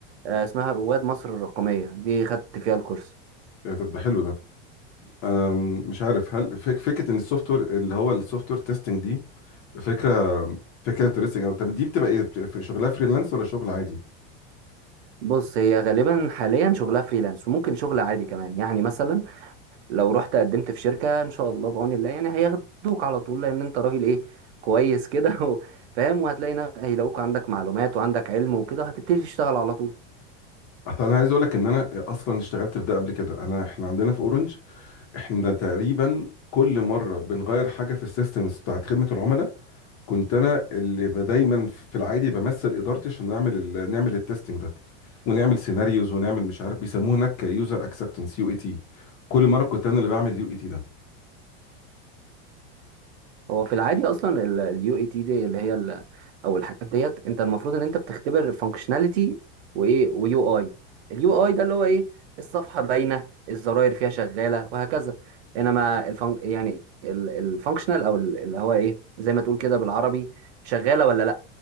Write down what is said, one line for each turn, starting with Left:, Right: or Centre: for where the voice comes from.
Right: آه، اسمها رواد مصر الرقمية دي خدت فيها الكورس
Left: يعني طب ده حلو ده انا مش عارف هل فك فكره ان السوفت وير اللي هو السوفت وير تيستنج دي فكره فكره انترستنج او طب دي بتبقى ايه بت- في شغلها فريلانس ولا شغل عادي
Right: بص هي غالبا حاليا شغلها فريلانس وممكن شغل عادي كمان يعني مثلا لو رحت قدمت في شركة ان شاء الله بعون الله يعني هياخدوك على طول لان انت راجل ايه كويس كده <laughs> و- فاهم وهتلاقي نا- هيلاقوك عندك معلومات وعندك علم وكده هتبتدي تشتغل على طول
Left: اصل انا عايز اقول لك ان انا اصلا اشتغلت في ده قبل كده انا احنا عندنا في اورنج احنا تقريبا كل مره بنغير حاجه في السيستمز بتاعت خدمه العملاء كنت انا اللي ب- دايما في العادي بمثل ادارتي عشان نعمل ال... نعمل التستنج ده ونعمل سيناريوز ونعمل مش عارف بيسموه هناك يوزر اكسبتنس يو اي تي كل مره كنت انا اللي بعمل يو اي تي ده
Right: هو في العادي اصلا اليو اي تي دي اللي هي ال او الحاجات ديت انت المفروض ان انت بتختبر فانكشناليتي وايه ويو اي اليو اي ده اللي هو ايه الصفحه باينه الزراير فيها شغاله وهكذا انما الفن يعني الفانكشنال او ال- اللي هو ايه زي ما تقول كده بالعربي شغاله ولا لا